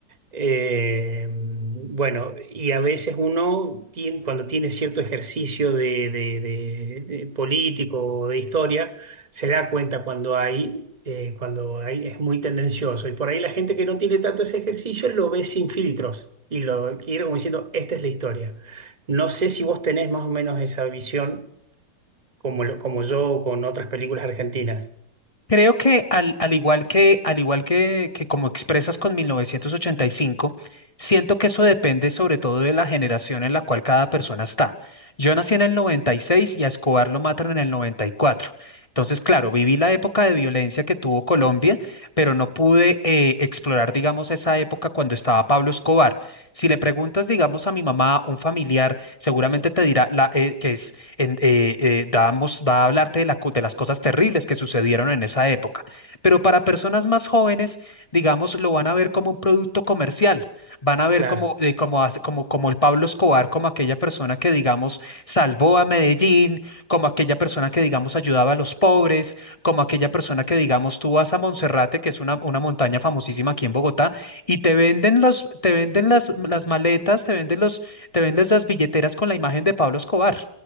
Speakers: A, on the right; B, on the left.
A: Eh, bueno, y a veces uno tiene, cuando tiene cierto ejercicio de, de- de- de político o de historia, se da cuenta cuando hay, eh, cuando hay, es muy tendencioso. Y por ahí la gente que no tiene tanto ese ejercicio lo ve sin filtros y lo quiere como diciendo, esta es la historia. No sé si vos tenés más o menos esa visión como, lo- como yo con otras películas argentinas.
B: Creo que al, al igual que, al igual que, que como expresas con mil novecientos ochenta y cinco siento que eso depende sobre todo de la generación en la cual cada persona está. Yo nací en el noventa y seis y a Escobar lo matan en el 94. Entonces, claro, viví la época de violencia que tuvo Colombia, pero no pude eh, explorar, digamos, esa época cuando estaba Pablo Escobar. Si le preguntas, digamos, a mi mamá, un familiar, seguramente te dirá la- eh, que en- eh, eh, damos- va a hablarte de, la co- de las cosas terribles que sucedieron en esa época. Pero para personas más jóvenes, digamos, lo van a ver como un producto comercial, van a ver
A: Claro,
B: como, eh, como, hace- como, como el Pablo Escobar, como aquella persona que, digamos, salvó a Medellín, como aquella persona que, digamos, ayudaba a los pobres, como aquella persona que, digamos, tú vas a Monserrate, que es una, una montaña famosísima aquí en Bogotá, y te venden los, te venden las, las maletas, te venden los, te venden las billeteras con la imagen de Pablo Escobar.